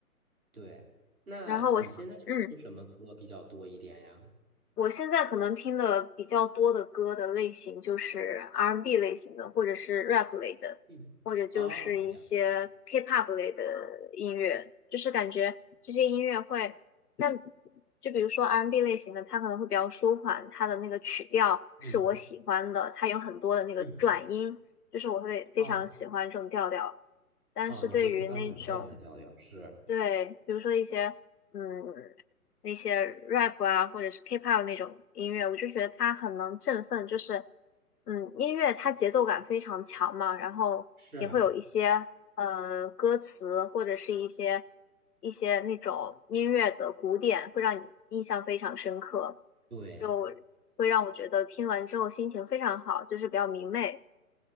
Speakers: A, on the right (about 70°); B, on the left (about 85°).
A: 对。那你现在听什么歌比较多一点呀？
B: 然后我，嗯，我现在可能听的比较多的歌的类型就是 R&B n 类型的，或者是 rap 类的，
A: 嗯，
B: 或者就是一些
A: 啊，了解了。
B: K-pop 类的音乐，就是感觉这些音乐会，但就比如说 R&B n 类型的，它可能会比较舒缓，它的那个曲调是我喜欢的，
A: 嗯
B: 它有很多的那个转音，
A: 嗯，
B: 就是我会非常喜欢这种调调。
A: 哦
B: 但是对于那种
A: 哦，你会非常喜欢这样的调调，是
B: 对，比如说一些嗯那些 rap 啊，或者是 K-pop 那种音乐，我就觉得它很能振奋，就是嗯音乐它节奏感非常强嘛，然后也会有一些呃歌词或者是一些
A: 是啊，
B: 一些那种音乐的古典，会让你印象非常深刻，
A: 对。
B: 就会让我觉得听完之后心情非常好，就是比较明媚。